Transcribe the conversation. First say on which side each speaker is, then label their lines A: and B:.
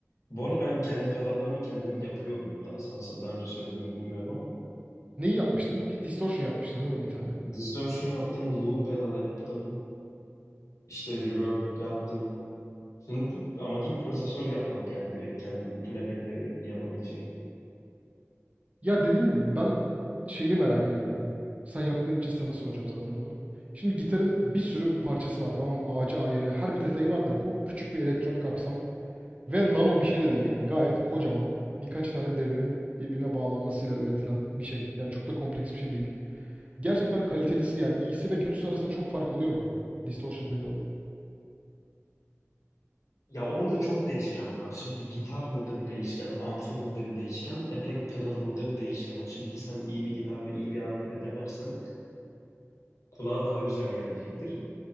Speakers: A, on the left; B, on the right.
A: Bu arada ben kendi pedallarımı kendim yapıyorum. Daha, sana daha önce söylediğimi bilmiyorum ama.
B: Neyi yapmıştın? Bir distortion yapmıştın değil mi bir tane?
A: Distortion yaptım. Loop pedalı yaptım. İşte reverb yaptım. Şimdi amacım prosesör yapmak yani direkt kendim. Bütün efektleri yapabileceğim.
B: Ya dediğim gibi ben şeyini merak ediyorum. Sen yaptığın için sana soracağım zaten onu. Şimdi gitarın bir sürü parçası var tamam mı? Ağacı ayrı, her bir detayı var da bu küçük bir elektronik aksam ve nano bir şey de değil yani gayet kocaman birkaç tane devrenin birbirine bağlanmasıyla üretilen bir şey. Yani çok da kompleks bir şey değil. Gerçekten kalitelisi yani iyisi ve kötüsü arasında çok fark oluyor mu? Distortion pedalının.
A: Ya orada çok değişken var. Şimdi bir gitar burada bir değişken, amfi burada bir değişken, efekt pedalı burada bir değişken. Şimdi sen iyi bir gitar ve iyi bir amfi de denersen kulağa daha güzel gelecektir.